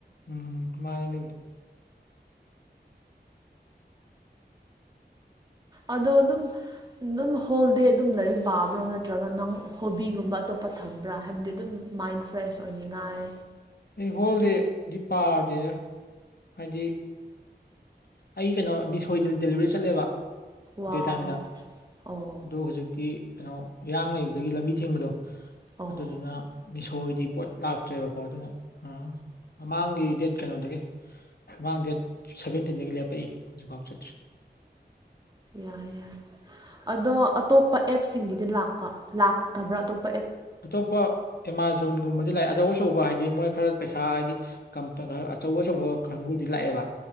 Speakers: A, on the left (about 60°); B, on the right (about 25°).
A: ꯎꯝ ꯃꯥꯅꯦ
B: ꯑ ꯑꯗꯨꯝ ꯑꯗꯨꯝ ꯍꯣꯜꯗꯦ ꯑꯗꯨꯝ ꯂꯥꯏꯔꯤꯛ ꯄꯥꯕ꯭ꯔꯣ ꯅꯠꯇ꯭ꯔꯒ ꯅꯪ ꯍꯣꯕꯤꯒꯨꯝꯕ ꯑꯇꯣꯞꯄ ꯊꯝꯕ꯭ꯔꯥ ꯍꯥꯏꯕꯗꯤ ꯑꯗꯨꯝ ꯃꯥꯏꯟ ꯐ꯭ꯔꯦꯁ ꯑꯣꯏꯅꯤꯡꯉꯥꯏ
A: ꯑꯩ ꯍꯣꯜꯗꯦꯗꯤ ꯄꯥꯗꯦꯔ ꯍꯥꯏꯗꯤ ꯑꯩ ꯀꯩꯅꯣ ꯃꯤꯁꯣꯏꯗ ꯗꯦꯂꯤꯚꯔꯤ ꯆꯠꯂꯦꯕ
B: ꯋꯥꯎ
A: ꯗꯦ ꯇꯥꯏꯝꯗ
B: ꯑꯣ
A: ꯑꯗꯨ ꯍꯧꯖꯤꯛꯇꯤ ꯀꯩꯅꯣ ꯏꯔꯥꯡ ꯂꯩꯕꯗꯒꯤ ꯂꯝꯕꯤ ꯊꯤꯡꯕꯗꯣ
B: ꯑꯣ
A: ꯑꯗꯨꯗꯨꯅ ꯊꯣꯒꯤꯗꯤ ꯄꯣꯠ ꯂꯥꯛꯇ꯭ꯔꯦꯕꯀꯣ ꯑꯗꯨꯅ ꯑ ꯃꯃꯥꯡꯒꯤ ꯗꯦꯠ ꯀꯩꯅꯣꯗꯒꯤ ꯃꯥꯡ ꯗꯦꯠ ꯁꯚꯦꯟꯇꯤꯟꯗꯒꯤ ꯂꯦꯞꯄꯛꯏ ꯍꯧꯖꯤꯛꯐꯥꯎ ꯆꯠꯇ꯭ꯔꯤ
B: ꯌꯥꯔ ꯌꯥꯔ ꯑꯗꯣ ꯑꯇꯣꯞꯄ ꯑꯦꯞꯁꯤꯡꯒꯤꯗꯤ ꯂꯥꯛꯄ ꯂꯥꯛꯇꯕ꯭ꯔꯥ ꯑꯇꯣꯞ
A: ꯑꯇꯣꯞꯄ ꯑꯦꯃꯥꯖꯣꯟꯒꯨꯝꯕꯗꯤ ꯂꯥꯛꯑꯦ ꯑꯆꯧ ꯑꯆꯧꯕ ꯍꯥꯏꯗꯤ ꯃꯣꯏ ꯈꯔ ꯄꯩꯁꯥ ꯍꯥꯏꯗꯤ ꯈꯔ ꯑꯆꯧ ꯑꯆꯧꯕ ꯀꯥꯡꯕꯨꯗꯤ ꯂꯥꯛꯑꯦꯕ